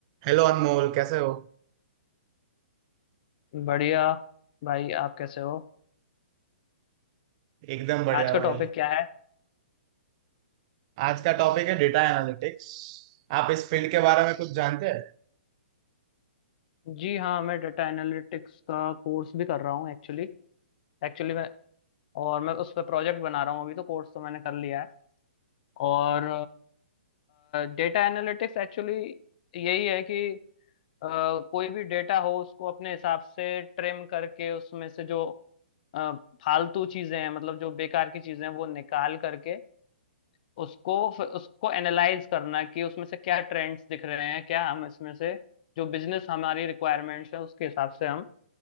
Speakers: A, on the right (about 35°); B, on the left (about 50°).
A: Hello Anmol कैसे हो
B: बढ़िया भाई आप कैसे हो
A: एकदम बढ़िया
B: आज का
A: भाई
B: टॉपिक क्या है
A: आज का टॉपिक है डेटा एनालिटिक्स आप इस फील्ड के बारे में कुछ जानते हैं
B: जी हाँ मैं डेटा एनालिटिक्स का कोर्स भी कर रहा हूँ एक्चुअली एक्चुअली मैं और मैं उस पर प्रोजेक्ट बना रहा हूँ अभी तो कोर्स तो मैंने कर लिया है और डेटा एनालिटिक्स एक्चुअली यही है कि अ, कोई भी डेटा हो उसको अपने हिसाब से ट्रिम करके उसमें से जो अ, फालतू चीजें हैं मतलब जो बेकार की चीजें हैं वो निकाल करके उसको फ- उसको एनालाइज करना कि उसमें से क्या ट्रेंड्स दिख रहे हैं क्या हम इसमें से जो बिजनेस हमारी रिक्वायरमेंट्स है उसके हिसाब से हम